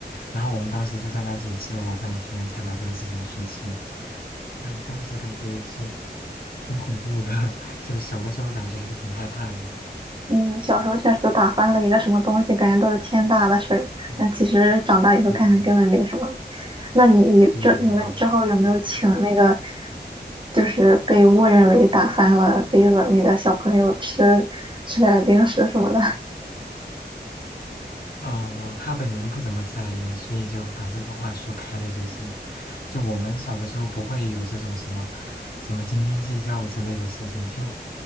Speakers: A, on the left; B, on the right.
A: 然后我们当时就在那解释了老半天，才把这个事情说清。哎，当时感觉也是挺恐怖的，<laughs> 就小的时候感觉还是挺害怕的。
B: 嗯，小时候确实打翻了一个什么东西，感觉都是天大的事儿。
A: 嗯，
B: 但其实长大以后看看根本没什么。
A: 对对对，
B: 那你你这你们之后有没有请那个，
A: 对对对，嗯。
B: 就是被误认为打翻了杯子那个小朋友吃吃点儿零食什么的？
A: 呃，他本人不怎么在意，所以就把这个话说开了就行。就我们小的时候不会有这种什么什么斤斤计较之类的事情，就